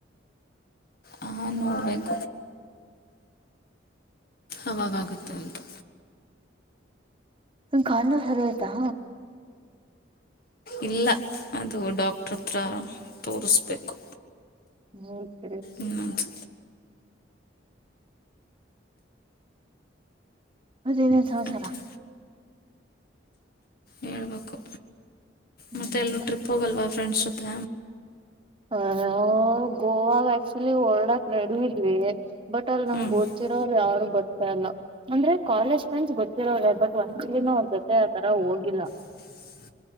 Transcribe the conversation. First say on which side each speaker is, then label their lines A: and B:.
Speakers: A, on the left; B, on the right.
A: ಹಾ ನೋಡ್ಬೇಕು ಅವಾಗಾಗುತ್ತೆ ಉಟು
B: ಕಾಲ ಸರ ಆಯತಾ
A: ಇಲ್ಲ ಅದು ಡಾಕ್ಟ್ರ ಹತ್ರ ತೋರಿಸ್ಬೇಕು
B: ಹ್ಮತ್
A: ಇನ್ನೊಂದು
B: ಬನ ಸಮಚ್ಯ
A: ಮತ್ತೆ
B: ರ
A: ಹೇಳ್ಬೇಕು
B: ಹ್ಮ
A: ಮೆ ಎಲ್ಲೂ ಟ್ರಿಪ್ ಹೋಗಲ್ವಾ ಫ್ರೆಂಡ್ಸ್ ಜೊತೆ
B: ಹ ನಾವು ಗೋವಾಗ ಆಕ್ಚುಲಿ ರ್ಡಕ್ ನಡವಿದ್ವಿ ಬಟ್ ಅವ್ ನಂಗ್
A: ಹ್ಞೂ
B: ಗೋಚಿರ ಅವರು ಯಾರ ಗೊತ್ತೇಲ್ಲ ಅಂದ್ರೆ ಕಾಲೇಜ್ ಫ್ರೆಂಡ್ಸ್ ಗೊತ್ತಿರೋ್ರೆ ಬಟ್ ಒಂದ ಚಲಿನ ಅವ್ರ ಜೊತೆ ಆತರ ಹೋಗಿಲ್ಲಾ
A: <inaudible>